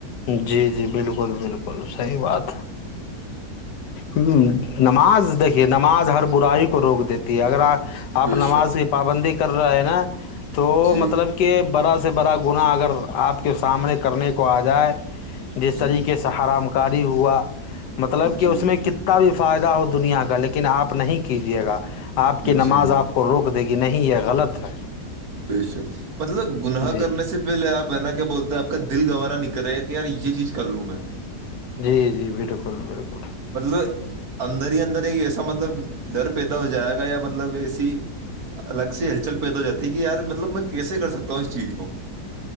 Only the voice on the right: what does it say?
بے
شک
جی
جی
جی
جی
جی
بےشک مطلب گناہ
کرنے سے پہلے آپ ہے نا کیا بولتے ہیں آپ کا دل گوارا نکل کرے کہ یار یہ چیز کر لوں میں
مطلب اندر ہی اندر ایک ایسا مطلب ڈر پیدا ہو جائے گا یا مطلب مطلب الگ سے چل پ تواتا دیکھیے یار مطلب میں کیسے کر سکتا ہوں اس چیز کو